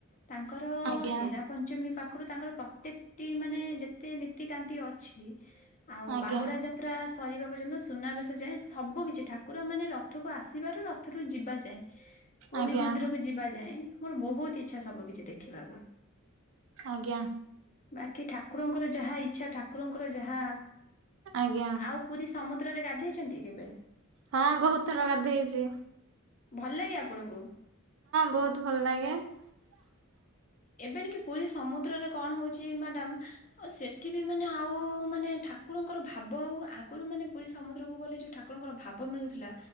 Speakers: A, on the left; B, on the right.
A: ତାଙ୍କର
B: ଆଜ୍ଞା
A: ହେରା ପଞ୍ଚମୀ ପାଖ ପାଖରୁ ତାଙ୍କର ପ୍ରତ୍ୟେକଟି ମାନେ ଯେତେ ନୀତିକାନ୍ତି ଅଛି ଆଉ
B: ଆଜ୍ଞା
A: ବାହୁଡା ଯାତ୍ରା ସରିବା ପର୍ଯ୍ୟନ୍ତ ସୁନାବେଶ ଯାଏଁ ସବୁ କିିଛି ଠାକୁରମାନେ ରଥକୁ ଆସିବାରୁ ରଥରୁ ଯିବା ଯାଏଁ ପୁଣି
B: ଆଜ୍ଞା
A: ମନ୍ଦିରକୁ ଯିବା ଯାଏ ମୋର ବହୁତ ଇଛା ସବୁ କିଛି ଦେଖିବାକୁ।
B: ଆଜ୍ଞା।
A: ବାକି ଠାକୁରଙ୍କର ଯାହା ଇଚ୍ଛା ଠାକୁରଙ୍କର ଯାହା
B: ଆଜ୍ଞା
A: ଆଉ ପୁରୀ ସମସ୍ତ ଚନ୍ଦ୍ରରେ ଗାଧେଇଛନ୍ତି କେବେ?
B: ହଁ ବହୁତ ଥର ଗଧେଇଛି।
A: ଭଲ ଲାଗେ ଆପଣଙ୍କୁ?
B: ବହୁତ ଭଲ ଲାଗେ ହଁ।
A: ଏବେଣି କି ପୁରୀ ସମୁଦ୍ରରେ କଣ ହଉଛି ମ୍ୟାଡାମ ସେଠି ବି ମାନେ ଆଉ ମାନେ ଠାକୁ ଠାକୁରଙ୍କର ଭାବ ଆଉ ଆଗରୁ ମାନେ ପୁରୀ ସମୁଦ୍ରକୁ ଗଲେ ଯୋଉ ଠାକୁରଙ୍କର ଭାବ ମିଳୁଥିଲା